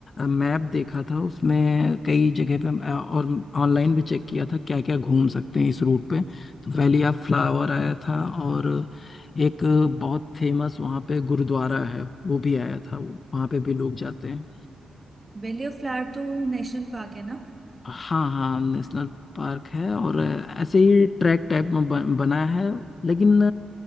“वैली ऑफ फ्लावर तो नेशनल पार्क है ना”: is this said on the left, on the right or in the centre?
Right